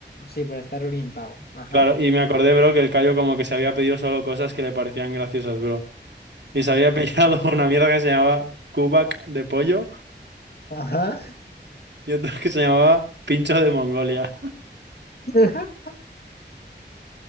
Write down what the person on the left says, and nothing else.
Sí, para estar orientado. Ajá.
Ajá.
Ajá.
<laughs>